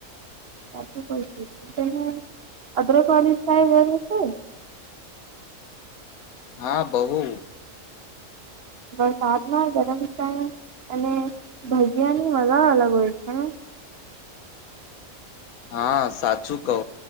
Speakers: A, on the right (about 50°); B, on the left (about 80°).
A: સાચું કહું છું, અદરકવાલી ચાય ગમે છે?
B: હા, બહુ
A: વરસાદમાં ગરમ ચાય અને ભજીયાની મજા અલગ હોય છે
B: હા સાચું કહો